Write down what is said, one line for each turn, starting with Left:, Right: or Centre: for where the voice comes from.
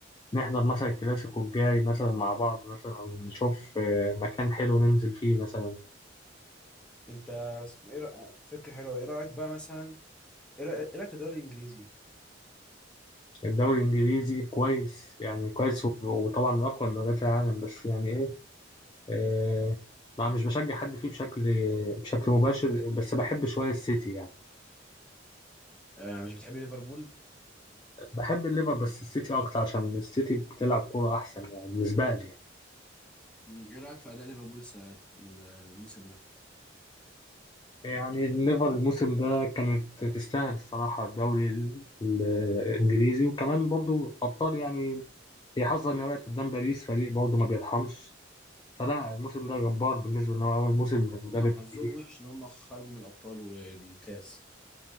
Left: نحضر مثلا الكلاسيكو الجاي مثلا مع بعض مثلا أو نشوف آه، مكان حلو ننزل فيه مثلا
Centre: انت اسم- ايه رأ... فكره حلوه ايه رايك بقى مثلا ايه رأ- إيه رايك في الدوري الانجليزي
Left: الدوري الإنجليزي كويس يعني كويس و- وطبعا من أقوى دوريات العالم بس يعني إيه آه، ما مش بشجع حد فيه بشكل بشكل مباشر بس بحب شوية السيتي يعني
Centre: آه مش بتحب ليفربول
Left: بحب الليفر بس السيتي أكتر عشان السيتي بتلعب كورة أحسن يعني بالنسبة لي يعني
Centre: مم، ايه رايك في اداء ليفربول الس- الموسم ده
Left: يعني الليفر الموسم ده كانت تستاهل الصراحة الدوري ال- ال- الإنجليزي وكمان برضو أبطال يعني هي حظها إن هي وقعت قدام باريس فريق برضو ما بيرحمش فلا الموسم ده جبار بالنسبة إن هو أول موسم للمدرب
Centre: هم حظهم
Left: الجديد
Centre: وحش ان هم خرجوا من الابطال والكاس